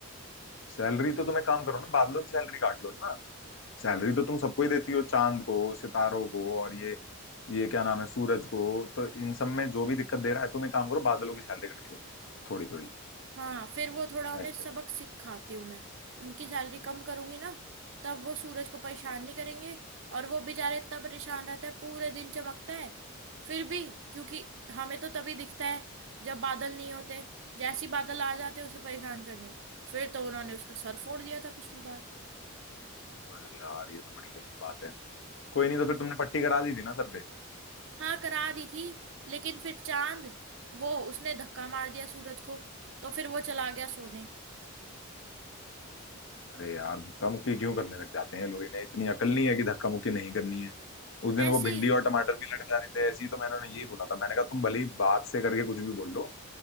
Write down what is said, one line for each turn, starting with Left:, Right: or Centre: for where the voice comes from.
Left: सैलरी तो तुम एक काम करो ना बादलों की सैलरी काट लो ना सैलरी तो तुम सबको ही देती हो चांद को सितारों को और ये ये क्या नाम है सूरज को तो इन सब में जो भी दिक्कत दे रहा है तुम एक काम करो बादलों की सैलरी काट लो थोड़ी थोड़ी
Right: हाँ फिर वो थोड़ा
Left: बेस्ट
Right: उन्हें सबक
Left: है
Right: सिखाती हूँ मैं उनकी सैलरी कम करूंगी ना तब वो सूरज को परेशान नहीं करेंगे और वो बेचारा इतना परेशान रहता है पूरे दिन चमकता है फिर भी क्योंकि हमें तो तभी दिखता है जब बादल नहीं होते जैसी बादल आ जाते हैं उसे परेशान करने फिर तो उन्होंने उसका सर फोड़ दिया था पिछली बार
Left: अरे यार ये तो बड़ी गलत बात है कोई नहीं तो फिर तुमने पट्टी करा दी थी ना सर पे
Right: हाँ करा दी थी लेकिन फिर चांद वो उसने धक्का मार दिया सूरज को तो फिर वो चला गया सोने
Left: अरे यार धक्का मुक्की क्यों करने लग जाते हैं लोग इन्हें इतनी अकल नहीं है कि धक्का मुक्की नहीं करनी है उस दिन
Right: ऐसे
Left: वो भिंडी
Right: ही
Left: और टमाटर भी लड़ जा रहे थे ऐसे ही तो मैंने उन्हें यही बोला था मैंने कहा तुम भले ही बात से करके कुछ भी बोल लो